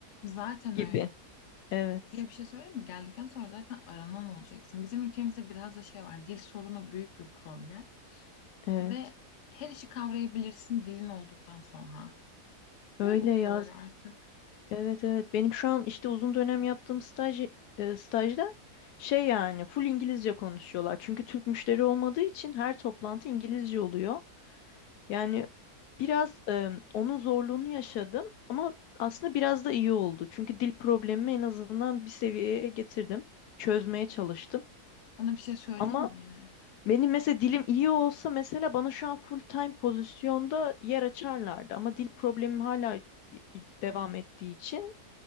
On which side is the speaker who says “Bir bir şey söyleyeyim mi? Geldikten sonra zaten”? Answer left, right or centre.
Left